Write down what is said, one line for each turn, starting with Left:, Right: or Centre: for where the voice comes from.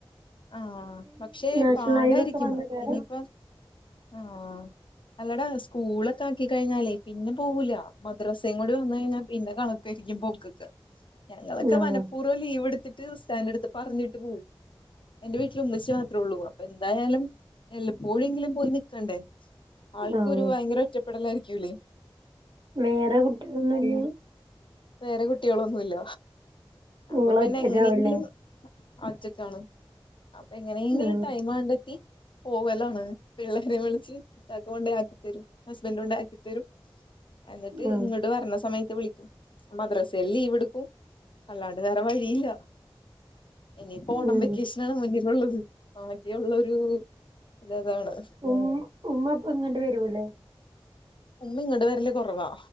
Left: ആഹ് പക്ഷെ
Right: നാഷണൽ
Left: പാടായിരിക്കും
Right: ഹൈവേ ഒക്കെ വന്ന കാരണം
Left: ഇനിയിപ്പം ആഹ് അല്ലടാ സ്കൂളൊക്കെ ആക്കി കഴിഞ്ഞാലേ പിന്നെ പോകൂല മദ്രസയും കൂടെ വന്നഴിഞ്ഞാൽ പിന്നെ കണ ക്കരിക്കും പോക്കൊക്കെ. ഞങ്ങളൊക്കെ
Right: ആഹ്
Left: മനപൂർവ്വം ലീവ് എടുത്തിട്ട് ഉസ്താൻ്റെടുത്ത് പറഞ്ഞിട്ട് പോവും. എന്റെ വീട്ടില് ഉമ്മച്ചി മാത്രേ ഉള്ളൂ അപ്പൊ എന്തായാലും എല്ലപ്പോഴെങ്കിലും പോയി നിക്കണ്ടേ. ആൾക്കൊരു
Right: ആഹ്
Left: വയങ്കര ഒറ്റപ്പെടലായിരിക്കൂല്ലേ
Right: വേറെ കുട്ടികളൊന്നുല്ല
Left: വേറെ കുട്ടികളൊന്നുല്ല അപ്പൊ
Right: നിങ്ങള്
Left: പിന്നെ
Right: ഒറ്റക്കാവല്ലേ
Left: എങ്ങനെങ്കിലും ഒറ്റക്കാണ് അപ്പൊ എങ്ങനെയെങ്കിലും
Right: ആഹ്
Left: ടൈം കണ്ടെത്തി പോവലാണ് പിള്ളേരെ വിളിച്ച് ഇക്കാക്ക കൊണ്ടാക്കിത്തരും ഹസ്ബൻ്റ് കൊണ്ടാക്കിത്തരും. എന്നിട്ട്
Right: ആഹ്
Left: ഇങ്ങട്ട് വരണ സമയത്ത് വിളിക്കും. മദ്രസയിൽ ലീവെടുക്കും അല്ലാണ്ട് വേറെ വഴിയില്ല ഇനിയിപ്പോ ഓണം
Right: ഉം
Left: വെക്കേഷനാണ് മുന്നിലുള്ളത് ആകെയുള്ളൊരു ത താണ്
Right: ഉമ് ഉമ്മപ്പോ ഇങ്ങട്ട് വരൂല്ലേ
Left: ഉമ്മി ങ്ങ്ട്ട് വരല് കൊറവാ